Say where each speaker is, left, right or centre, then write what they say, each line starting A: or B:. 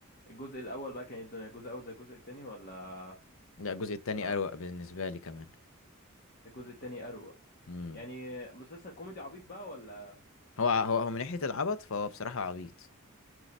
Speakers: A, on the left; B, on the left.
A: الجزء الاول بقى كان ايه الدنيا الجزء الاول زي الجزء التاني ولا
B: لا الجزء التاني
A: لا
B: اروق بالنسبه لي كمان
A: الجزء التاني اروق
B: امم
A: يعني مسلسل كوميدي عبيط بقى ولا
B: هو هو هو من ناحيه العبط فهو بصراحه عبيط